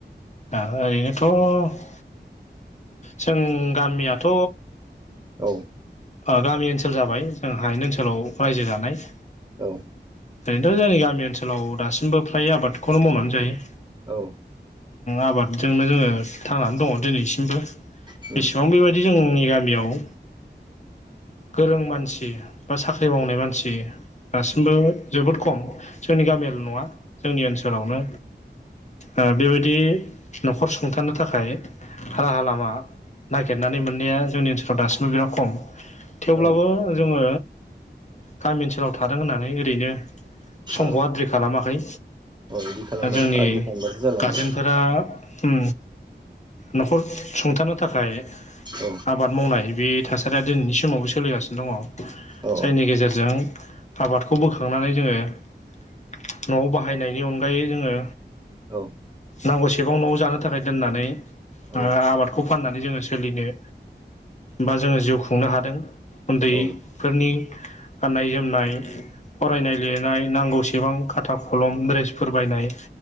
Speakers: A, on the left; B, on the right.
A: आ ओरैनोथ' जों गामियाथ'
B: औ
A: ओ गामि ओनसोल जाबाय जों हायेन ओनसोलाव रायजो जानाय
B: औ
A: ओरैनोथ' जोंनि गामि ओनसोलाव दासिमबो फ्राय आबादखौनो मावनानै जायो।
B: औ
A: आबादजोंनो जोङो थांनानै दङ दिनैसिमबो बेसेबां
B: औ
A: बेबायदि बिदि जोंनि गामियाव गोरों मानसि बा साख्रि मावनाय मानसि दासिमबो जोबोद खम जोंनि गामियाल' नङा जोंनि ओनसोलावनो ओ बेबायदि न'खर सुंथानो थाखाय राहा लामा नागिरनानै मोननाया जोंनि ओनसोलाव दासिमबो बिराद खम थेवब्लाबो
B: औ
A: जोङो गामि ओनसोलाव थादों होननानै ओरैनो समखौ
B: औ
A: आद्रि खालामाखै
B: बिदि खालामबाथ'
A: जोंनि
B: आदि खालामबासो जाला
A: गारजेनफोरा
B: नों
A: उम न'खर सुंथानो थाखाय आब
B: औ
A: आबाद मावनाय बे थासारिया दिनैनि समावबो सोलिगासिनो दङ
B: औ
A: जायनि गेजेरजों आबादखौ बोखांनानै जोङो न'आव बाहायनायनि अनगायै जोङो
B: औ
A: नांगौसेबां न'आव जानो थाखाय दोननानै
B: औ
A: आबादखौ फाननानै जोङो सोलिनो बा जोङो जिउ खुंनो हादों उन्दैफोरनि
B: औ
A: गाननाय जोमनाय फरायनाय लिरनाय नांगौसेबां खाथा खलम
B: औ
A: द्रेसफोर बायनाय